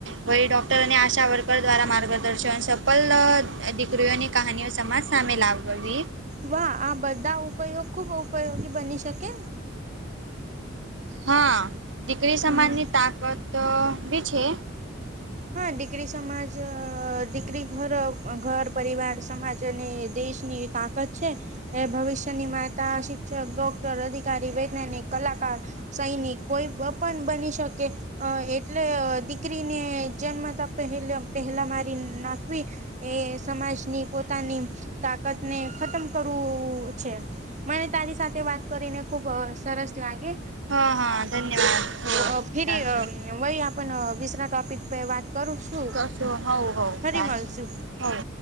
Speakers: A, on the right; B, on the right.
A: પછી ડોક્ટર અને આશા વર્કર દ્વારા માર્ગદર્શન સફલ દીકરીઓની કહાનીઓ સમાજ સામે લાવી બધી
B: વાહ, આ બધા ઉપયોગ ખુબ ઉપયોગી બની શકે
A: હા, દીકરી સમાનની
B: હા
A: તાકતબી છે.
B: હા, દીકરી સમાજ દીકરી ઘર-ઘર પરિવાર સમાજ અને દેશની તાકાત છે. એ ભવિષ્યની માતા, શિક્ષક, ડોક્ટર, અધિકારી, વૈજ્ઞાનિક, કલાકાર સૈનિક કોઈ પણ બની શકે, એટલે દીકરીને જન્મતા પહેલા મારી નાખવી એ સમાજની પોતાની તાકાતને ખતમ કરવું છે. મને, તારી સાથે વાત કરીને ખુબ સરસ લાગે
A: હા હા ધન્યવાદ હો
B: અ ફરી
A: ચાલશે
B: વહી આપણે બીજા ટોપિક વાત કરીશું
A: કશું હવ હવ
B: ફરી
A: ચાલશે
B: મળશું.
A: હવ